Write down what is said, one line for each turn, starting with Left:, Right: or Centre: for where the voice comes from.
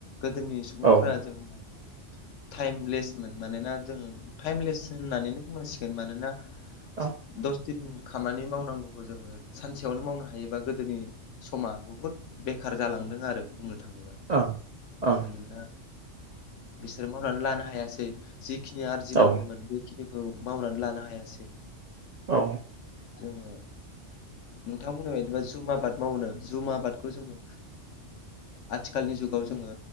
Left: गोदोनि सुबुंफोरा
Right: ओं
Left: जोंहा
Right: <inaudible>
Left: टाइमलेसमोन मानोना जों टाइमलेस होननानैनो बुंनांसिगोन मानोना
Right: औ
Left: दस दिन खामानि मावनांगौखौ जोङो सानसेयावनो मावनो हायोबा गोदोनि समा बुहुद बेखार जालांदों आरो बुंनो थाङोब्ला
Right: ओं ओं
Left: मानोना बिसोर मावनानै लानो हायासै जिखिनि आरजि नांगौमोन
Right: औ
Left: बेखिनिखौ मावनानै लानो हायासै
Right: औ
Left: जोङो नोंथांमोननि बायदिबा जुम आबाद मावनो जुम आबादखौ जोङो आथिखालनि जुगाव जोङो